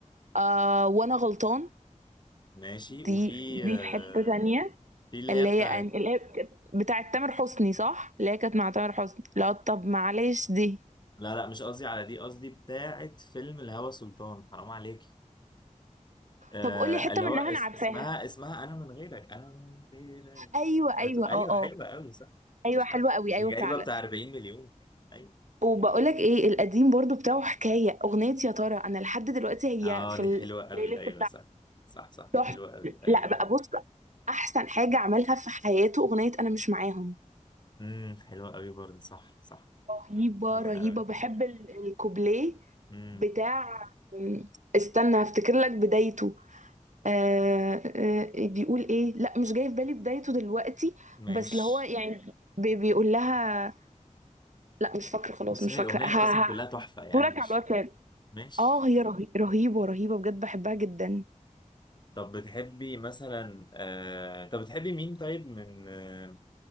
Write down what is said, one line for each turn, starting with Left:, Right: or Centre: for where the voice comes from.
Right: آه وانا غلطان
Left: ماشي
Right: دي
Left: وفي
Right: دي
Left: آه،
Right: في حتة تانية
Left: في اللي
Right: اللي
Left: هي بتاعت
Right: هي أن... اللي هي بتاعت تامر حسني صح اللي هي كانت مع تامر حسني لا طب معلش دي
Left: لا لا مش قصدي على دي قصدي بتاعت فيلم الهوى سلطان حرام عليك آه
Right: طب قولي حتة
Left: اللي
Right: منها
Left: هو اس
Right: انا عارفاها
Left: اسمها اسمها انا من غيرك انا من غيرك
Right: ايوه ايوه
Left: بتو- ايوه
Right: اه اه
Left: حلوه قوي صح
Right: ايوه
Left: مش
Right: حلوة
Left: عارف
Right: قوي
Left: دي
Right: ايوه
Left: جايبه
Right: فعلا
Left: بتاع 40 مليون ايوه
Right: وبقولك ايه القديم برضو بتاعه حكاية اغنية يا ترى انا لحد دلوقتي
Left: اه
Right: هي في
Left: دي
Right: البلاي
Left: حلوه قوي
Right: ليست
Left: ايوه صح صح صح دي
Right: تحفة
Left: حلوه قوي ايوه
Right: لا بقى
Left: ايوه
Right: بص احسن حاجه عملها في حياته اغنيه انا مش معاهم
Left: امم حلوه قوي برضه صح صح
Right: رهيبه
Left: حلوه
Right: رهيبه
Left: قوي
Right: بحب ال- الكوبليه
Left: امم
Right: بتاع أم، استنى هفتكر لك بدايته آه آه بيقول ايه لا مش جاي في بالي بدايته دلوقتي
Left: ماشي
Right: بس اللي هو يعني بي- بيقول لها لا مش فاكره خلاص
Left: بس
Right: مش
Left: هي
Right: فاكره
Left: الاغنيه
Right: ها
Left: اصلا كلها
Right: ها
Left: تحفه يعني
Right: صورك
Left: مش
Right: على الواتساب
Left: ماشي
Right: اه هي رهي... رهيبه رهيبه بجد بحبها جدا
Left: طب بتحبي مثلا آه... طب بتحبي مين طيب من آه...